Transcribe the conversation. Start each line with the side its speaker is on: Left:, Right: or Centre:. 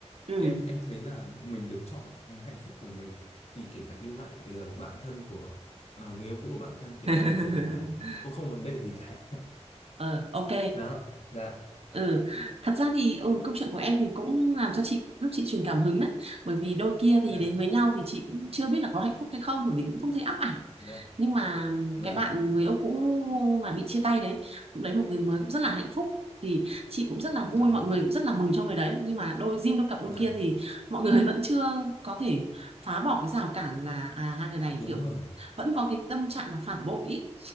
Right: ừ
Left: thì em em thấy là mình được chọn hạnh phúc của mình thì kể cả yêu lại ờ, bạn thân của à, người yêu cũ của bạn thân thì
Right: <laughs>
Left: em thấy là cũng không vấn đề gì cả <laughs>
Right: ờ ok
Left: đó dạ
Right: Ừ. Thật ra thì ừ, câu chuyện của em thì cũng làm cho chị lúc chị truyền cảm hứng đấy bởi vì đôi kia thì
Left: dạ
Right: đến với nhau thì chị cũng chưa biết là có hạnh phúc hay không bởi vì cũng không thấy ắp ảnh
Left: dạ
Right: nhưng mà
Left: dạ
Right: cái bạn người yêu cũ mà bị chia tay đấy cũng đấy một người mới cũng rất là hạnh phúc thì chị cũng rất là
Left: dạ
Right: vui mọi người cũng rất là mừng cho người đấy nhưng mà đôi riêng đôi cặp đôi
Left: dạ
Right: kia thì mọi người <laughs> vẫn chưa có thể phá bỏ cái rào cản là à hai người này
Left: đúng
Right: kiểu
Left: rồi
Right: vẫn có cái tâm trạng là phản bội ý.